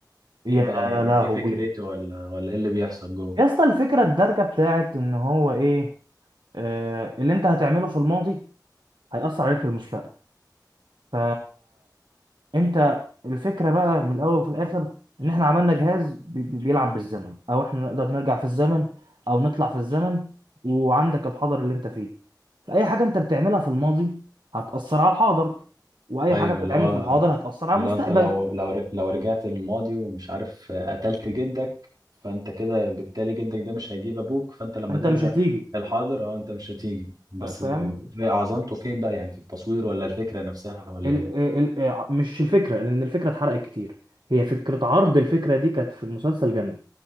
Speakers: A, on the right (about 80°); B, on the right (about 60°).
A: يا
B: ايه بقى يعني
A: لهوي
B: ايه فكرته ولا ولا ايه اللي بيحصل جوه
A: يا اسطى الفكره الدارجه بتاعت ان هو ايه آه اللي انت هتعمله في الماضي هيأثر عليك في المستقبل ف انت الفكره بقى من الاول وفي الاخر ان احنا عملنا جهاز بي- بي- بيلعب بالزمن او احنا نقدر نرجع في الزمن او نطلع في الزمن وعندك الحاضر اللي انت فيه فاي حاجه انت بتعملها في الماضي هتاثر على الحاضر واي
B: ايوه
A: حاجه بتتعمل
B: اللي هو
A: في الحاضر هتاثر على
B: لو
A: المستقبل
B: انت لو لو لو رجعت للماضي ومش عارف قتلت جدك فانت كده بالتالي جدك ده مش هيجيب ابوك فانت لما
A: انت
B: ترجع
A: مش هتيجي
B: للحاضر اه انت مش هتيجي بس
A: فاهم
B: في عظمته فين بقى يعني في التصوير ولا الفكرة نفسها ولا
A: ال
B: ايه
A: ال ال آه، مش الفكره لان الفكره اتحرقت كتير هي فكره عرض الفكره دي كانت في المسلسل جامده